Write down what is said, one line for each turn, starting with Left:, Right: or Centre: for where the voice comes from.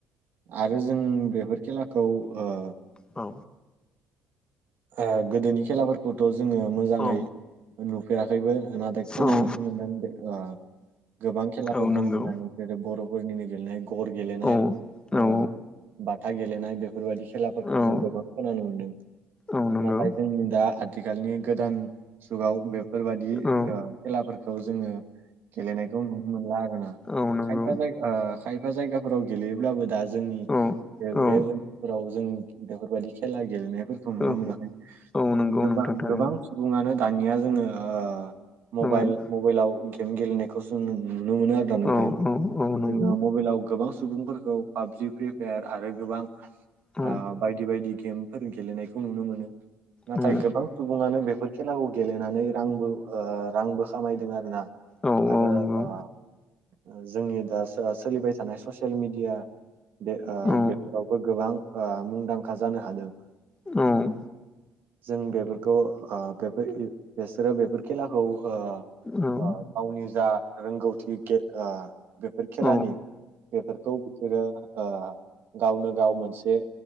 Right: आरो जों बेफोर खेलाखौ ओ
Left: औ
Right: ओ गोदोनि खेलाफोरखौथ' जोङो मोजाङै
Left: औ
Right: नु दैबो नाथाय
Left: औ
Right: खोनानोसो मोनदों ओ गोबां खेलाफोर
Left: औ
Right: दङ
Left: नंगौ
Right: होननानै जेरै बर'फोरनिनो गेलेनाय गर गेलेनाय
Left: औ
Right: ओ
Left: औ
Right: बाथा गेलेनाय बे बेफोरबादि खेलाफोरखौ
Left: औ
Right: जों गोबां खोनानो मोनदों
Left: औ नंगौ
Right: नाथाय जोंनि दा आथिखालनि गोदान जुगाव बेफोरबाददि
Left: औ
Right: खेलाफोरखौ जोङो गेलेनायखौ नुनो मोनला आरोना
Left: औ नंगौ
Right: खायफा जायगा ओ खायफा जायगाफोराव गेलेयोब्लाबो दा जोंनि
Left: औ औ
Right: बे ओनसोलफोराव जों बेफोरबायादि खेला गेलेनायफोरखौ नुनो
Left: औ
Right: मोनाखै
Left: औ नंगौ
Right: गोबां
Left: नोंथां थारैनो
Right: गोबां बुङानो दानिया जोङो ओ मबाइल
Left: औ
Right: मबाइलाव गेम गेलेनायखौसो नुनो मोनो आरोना नोंथां
Left: औ औ औ नंगौ
Right: जोङो मबाइलाव गोबां सुबुंफोर खौ पापजि फ्रिपायार आरो गोबां आ
Left: औ
Right: बायदि बायदि बायदि गेमफोर गेलेनायखौ नुनो मोनो नाथाय
Left: औ
Right: गोबां सुबुङानो बेफोर खेलाखौ गेलेनानै रांबो ओ रांबो खामायदों आरोना
Left: औ
Right: आरो
Left: औ नंगौ
Right: आ जोंनि दा सोलिबाय थानाय ससियेल मिडिया बे ओ
Left: औ
Right: बेफोरावबो ओ गोबां मुंदांखा जानो हादों
Left: औ
Right: जों बेफोरखौ ओ बेफोर बेसोरो बेफोर खेलाखौ ओ
Left: औ
Right: गावनि जा रोंगौथि गे ओ बेफोर खेलानि
Left: औ
Right: बेफोरखौ बिसोरो ओ गावनो गाव मोनसे